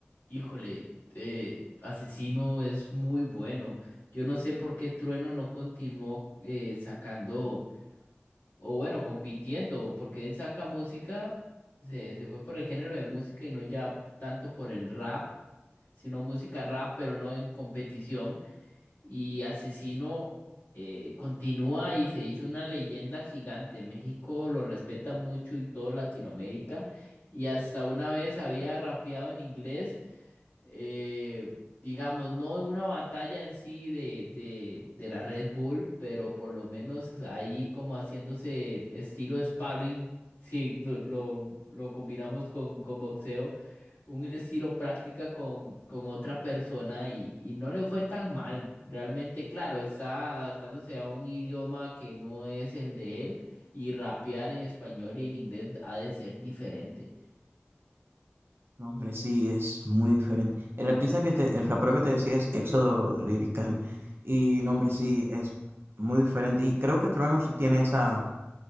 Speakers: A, on the left (about 70°); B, on the right (about 60°).
A: híjole, eh, Asesino es muy bueno. Yo no sé por qué Trueno no continuó eh, sacando... o bueno, compitiendo, porque él saca música, se, se fue por el género de música y no ya tanto por el rap, sino música rap, pero no en competición. Y Asesino eh, continúa y se hizo una leyenda gigante. México lo respeta mucho y todo Latinoamérica. Y hasta una vez había rapeado en inglés eh, digamos, no en una batalla en sí de, de, de la Red Bull, pero por lo menos ahí como haciéndose estilo sparring, si lo, lo, lo combinamos con, con boxeo, un estilo práctica con, con otra persona y, y no le fue tan mal. Realmente, claro, está adaptándose a un idioma que no es el de él y rapear en español y en inglés ha de ser diferente.
B: No, hombre, sí, es muy diferente. El artista que te, el rapero que te decía es Éxodo Lirical. Y no, hombre, sí, es muy diferente. Y creo que Trueno sí tiene esa,